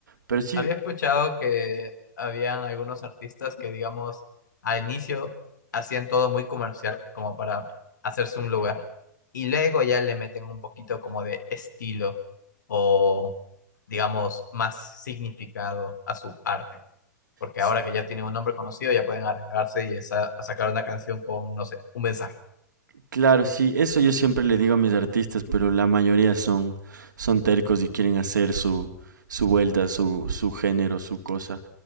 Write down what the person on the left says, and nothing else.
Había escuchado que habían algunos artistas que, digamos, al inicio hacían todo muy comercial, como para hacerse un lugar, y luego ya le meten un poquito como de estilo o, digamos, más significado a su arte. porque
ahora que ya tienen un nombre conocido ya pueden arriesgarse y esa- a sacar una canción con, no sé, un mensaje.